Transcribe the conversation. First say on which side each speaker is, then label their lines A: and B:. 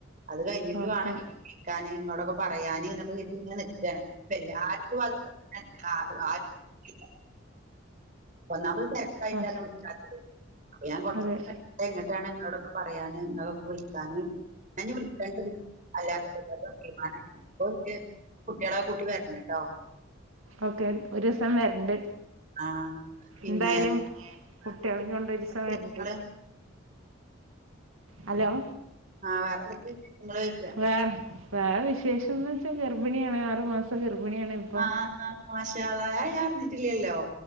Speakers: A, on the right (about 40°); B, on the right (about 85°).
A: അത് കഴിഞ്ഞിട്ട്
B: ഓക്കെ
A: വേണം വിളിക്കാൻ ഇങ്ങളോടൊക്കെ പറയാന് എന്നൊക്കെ കരുതി ഇങ്ങനെ നിക്കാണ് പ്പൊ എല്ലാർക്കും അത് <inaudible> പറഞ്ഞത് ഒന്നാമത് തിരക്കായിട്ടാണ്
B: ആ
A: വിളിക്കത്തത് അപ്പൊ ഞാൻ കുറച്ചു
B: അതെ
A: ദിവസം കഴിയട്ടെ ഇന്നട്ടാണ് നിങ്ങളോടൊക്കെ പറയാന് നിങ്ങൾക്കൊക്കെ വിളി ക് ഞാൻ വിളിക്കണ്ട് ഒരീസം <inaudible> അല്ലാത്ത <inaudible> തീരുമാന ഓ കുട്ടിയാളെ ഒക്കെ കൂട്ടി വരണം ട്ടോ
B: ഓക്കെ ഒരു ദിവസം വരണ്ട്.
A: ആ പിന്നെ
B: എന്തായാലും കുട്ടികളെ കൊണ്ട് ഒരു ദിവസം
A: ങ്ങള്
B: വരണ്ട് ഹലോ
A: ആഹ് വേറെന്തൊക്കെ വിശേഷങ്ങൾ ചോയ്ക്ക
B: വേറെ വേറെ വിശേഷന്ന് വെച്ചാൽ ഗർഭിണിയാണ് ആറു മാസം ഗർഭിണിയാണ്. ഇപ്പം
A: ആഹ് ആഹ് മാഷാ അല്ലാഹ് അത് ഞാൻ അറിഞ്ഞിട്ടില്ലല്ലോ